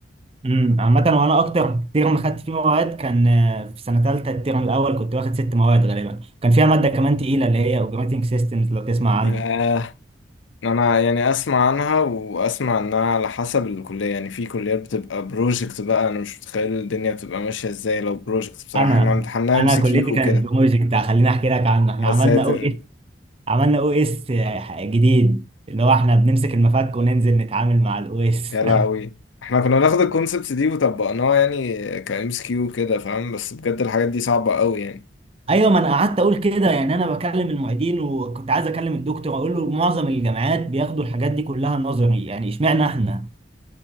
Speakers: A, on the right; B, on the left.
A: امم عامة وانا اكتر ترم خدت فيه مواد كان آه، في سنة تالتة الترم الاول كنت واخد ست مواد غالبا كان فيها مادة كمان تقيلة اللي هي اوبريتنج سيستمز لو تسمع عنها
B: ياه انا يعني اسمع عنها واسمع انها على حسب الكليه يعني في كليات بتبقى بروجكت بقى انا مش متخيل الدنيا بتبقى ماشيه ازاي لو بروجكت بصراحه
A: انا
B: احنا امتحناها ام
A: انا
B: سي كيو
A: كليتي كانت
B: وكده
A: بروجكت خليني احكي لك عنه احنا
B: يا
A: عملنا
B: ساتر
A: او اس عملنا او اس جديد اللي هو احنا بنمسك المفك وننزل نتعامل مع الاو اس
B: يا لهوي احنا كنا ناخد الكونسبت دي وطبقناها يعني كام سي كيو كده فاهم بس بجد الحاجات دي صعبه قوي يعني
A: ايوه ما انا قعدت اقول كده يعني انا بكلم المعيدين وكنت عايز اكلم الدكتور اقول له معظم الجامعات بياخدوا الحاجات دي كلها نظري يعني اشمعنى احنا